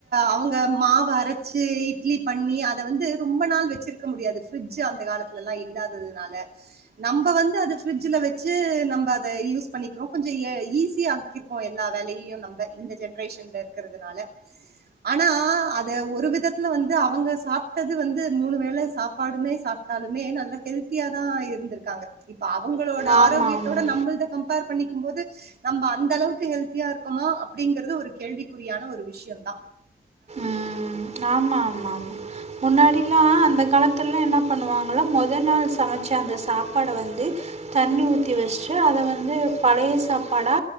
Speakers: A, on the right; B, on the right.
A: அவங்க மாவ அரச்சு இட்லி பண்ணி அத வந்து ரொம்ப நாள் வெச்சிருக்க முடியாது பிரிட்ஜு அந்த காலத் துல எல்லா இல்லாததுனால நம்ம வந்து அத ஃபிட்ஜூல வச்சு நம்ம அத யூஸ் பண்ணிக்றோ கொஞ்ச எ ஈஸியா ஆக்கிருக்கோ எல்லா வேலையு நம்ப இந்த ஜென்ரேஷன்ல இருக்குறதுனால ஆனா அத ஒரு விதத்துல வந்து அவுங்க சாப் டது வந்து மூணு வேள சாப்பாடுமே சாப்புட்டாலுமே நல்ல ஹெல்த்தியாதா இருந்துருக்காங்க இப் இப்ப அவங்களோட
B: ஆமாம்
A: ஆரோக்கியத்தோட
B: ஆமாம்
A: நம்முள்த கம்பேர் பண்ணிக்கும் போது நம்ப அந்த அளவுக்கு ஹெல்த்தியா இருக்கோமா அப்படிங்கறது ஒரு கேள்விக்குறியான ஒரு விஷ்யந்தா
B: ம் ஆமா ஆமா ஆமா முன்னாடில்லா அந்த காலத்துல்லா என்ன பண்ணுவாங்களா மொதல் நாள் சமைச்ச அந்த சாப்பாட வந்து தண்ணி ஊத்தி வெச்சுட்டு அத வந்து பழைய சாப்பாடா